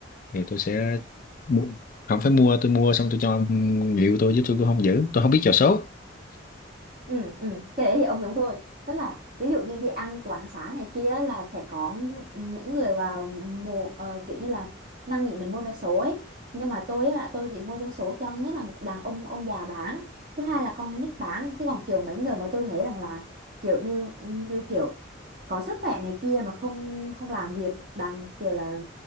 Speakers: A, on the left (about 45°); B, on the right (about 45°).
A: thì tôi sẽ mua không phải mua tôi mua xong tôi cho người yêu tôi giúp tôi cũng không giữ tôi không biết trò số
B: Ừ, ừ. Cái đấy thì ông giống tôi tức là ví dụ như đi ăn quán xá này kia là sẽ có những người vào mùa ờ, kiểu như là năn nỉ mình mua vé số ấy nhưng mà tôi á, tôi chỉ mua vé số cho thứ nhất là đàn ông ông già bán thứ hai là con nít bán chứ còn kiểu mấy người mà tôi thấy rằng là kiểu như như kiểu có sức khỏe này kia mà không không làm việc đang kiểu là